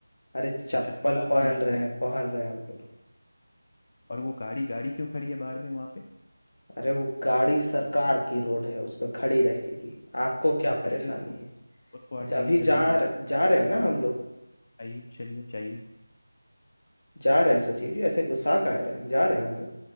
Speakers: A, on the left (about 70°); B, on the left (about 35°).
A: अरे चप्पल
B: ये चप्पल आपकी
A: पहन
B: यहाँ
A: रहे
B: से लगी
A: हैं पहन रहे हैं हम लोग
B: और वो गाड़ी गाड़ी क्यों खड़ी है बाहर में वहां पे
A: अरे वो गाड़ी सरकार की रोड है उस पर खड़ी रहेगी आपको क्या
B: हटाइए
A: परेशानी
B: उसको
A: है
B: उसको हटाइए
A: अभी
B: जल्दी
A: जा
B: वहां से
A: जा रहे हैं ना हम लोग
B: हटाइए चलिए चाहिए
A: जा रहे हैं सचिव जी ऐसे गुस्सा का रहे हैं जा रहे हैं हम लोग